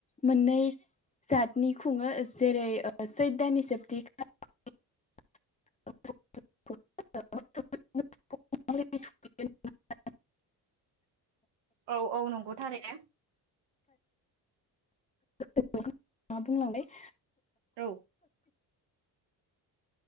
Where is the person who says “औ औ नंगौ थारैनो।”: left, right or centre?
Right